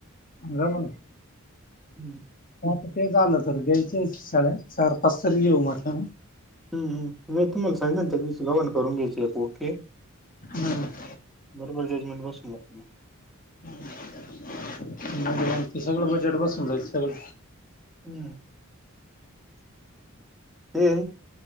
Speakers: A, on the left; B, in the centre.
A: जाम ना.
B: हम्म.
A: ता ते झालं तर घ्यायच शाळ चार पाच तरी घेऊ म्हटलं.
B: नाही तुम्हाला सांगित ना त्या दिवशी गवन करून घ्यायची आहे ओके.
A: हम्म
B: बरोबर जजमेंट बसून ला म
A: म्हणजे म्ह त सगळं बजेट बसून जाई सगळं.
B: हम्म. ते.